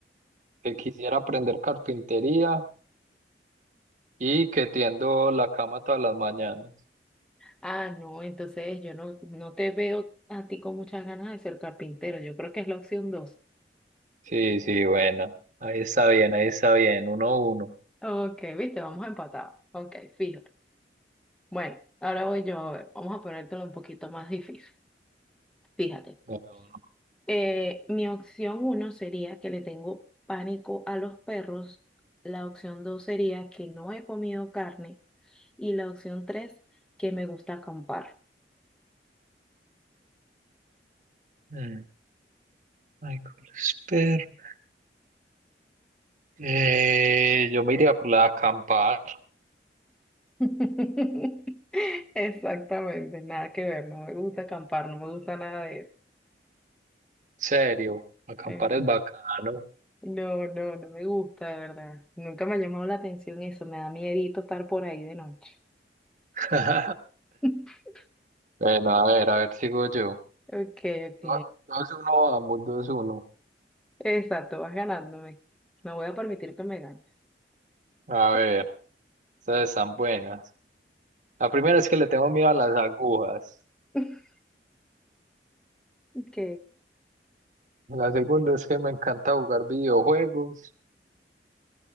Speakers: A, on the right (about 45°); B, in the centre.
A: que quisiera aprender carpintería y que tiendo la cama todas las mañanas.
B: Ah, no, entonces yo no, no te veo a ti con muchas ganas de ser carpintero. Yo creo que es la opción dos.
A: Sí, sí, bueno, ahí está bien, ahí está bien, uno a uno.
B: Ok, viste, vamos empatados. Ok, fíjate. Bueno, ahora voy yo. a ver, Vamos a ponértelo un poquito más difícil. Fíjate.
A: Uno a uno.
B: Eh, mi opción uno sería que le tengo pánico a los perros. La opción dos sería que no he comido carne. Y la opción tres, que me gusta acampar.
A: Mm, Michael Sperry. Eh, yo me iría por la acampada.
B: <laughs> Exactamente, nada que ver, no me gusta acampar, no me gusta nada de eso.
A: Serio, acampar
B: Eh,
A: es bacano.
B: no, no, no me gusta, de verdad. Nunca me ha llamado la atención eso, me da miedito estar por ahí de noche.
A: <laughs>
B: <laughs>
A: Bueno, a ver, a ver, sigo yo.
B: Ok, ok.
A: Do- 2-1, vamos, 2-1.
B: Exacto, vas ganándome. No voy a permitir que me ganes.
A: A ver, estas están buenas. La primera es que le tengo miedo a las agujas.
B: <laughs> Ok.
A: La segunda es que me encanta jugar videojuegos.